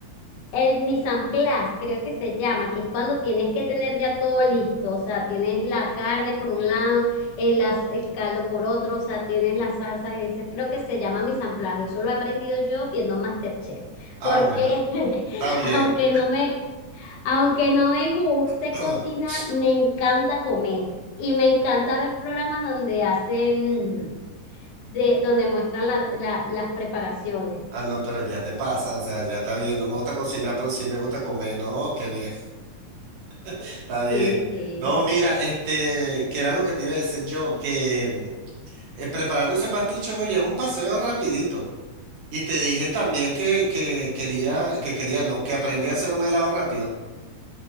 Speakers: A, on the left; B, on the right.
A: el mise en place, creo que se llama, que es cuando tienes que tener ya todo listo, o sea, tienes la carne por un lado, el, as- el caldo por otro, o sea, tienes las salsas, ese creo que se llama mise en place, eso lo he aprendido yo viendo MasterChef,
B: Ah,
A: porque
B: bueno,
A: <laughs>
B: está bien.
A: aunque no me, aunque no me guste
B: <clears throat>
A: cocinar, me encanta comer y me encanta ver programas donde hacen, de, donde muestran la- la- las preparaciones.
B: Ah, no, pero ya te pasa, o sea, ya está bien. No me gusta cocinar, pero sí me gusta comer. No, qué bien, <laughs> está bien.
A: Sí, sí.
B: No, mira, este, que era lo que te iba a decir yo, que mm, eh, preparando ese pasticho, oye, es un paseo rapidito. Y te dije también que, que quería, que quería, no, que aprendí a hacer un helado rápido.